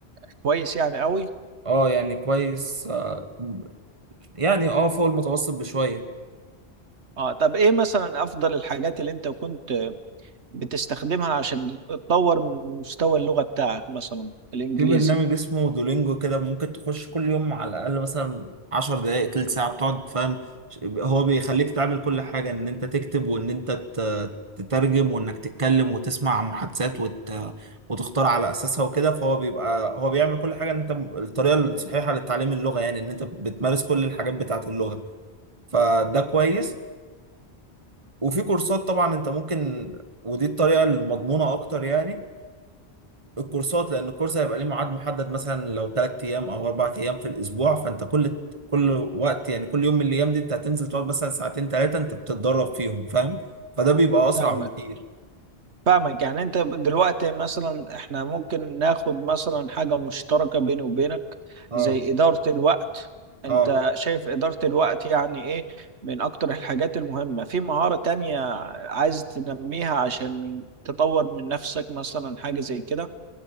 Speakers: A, on the right (about 80°); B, on the right (about 30°).
A: كويس يعني قوي
B: اه يعني كويس آه، يعني اه فوق المتوسط بشوية
A: اه طب ايه مثلا افضل الحاجات اللي انت كنت بتستخدمها عشان تطور من مستوى اللغة بتاعك مثلا الإنجليزي
B: في برنامج اسمه دولينجو كده ممكن تخش كل يوم على الأقل مثلا عشر دقايق تلت ساعة بتقعد فاهم هو بيخليك تعمل كل حاجة إن أنت تكتب وإن أنت ت- تترجم وإنك تتكلم وتسمع محادثات وت... وتختار على أساسها وكده فهو بيبقى هو بيعمل كل حاجة إن أنت الطريقة الصحيحة لتعليم اللغة يعني إن أنت بتمارس كل الحاجات بتاعة اللغة فده كويس وفي كورسات طبعا انت ممكن ودي الطريقه المضمونه اكتر يعني الكورسات لان الكورس هيبقى ليه ميعاد محدد مثلا لو ثلاث ايام او اربع ايام في الاسبوع فانت كل كل وقت يعني كل يوم من الايام دي انت هتنزل تقعد مثلا ساعتين ثلاثه انت بتتدرب فيهم فاهم فده بيبقى اسرع
A: فاهمك
B: بكتير
A: فاهمك يعني أنت دلوقتي مثلا إحنا ممكن ناخد مثلا حاجة مشتركة بيني وبينك
B: اه
A: زي إدارة الوقت
B: اه
A: أنت شايف إدارة الوقت يعني إيه من أكتر الحاجات المهمة في مهارة تانية عايز تنميها عشان تطور من نفسك مثلا حاجة زي كده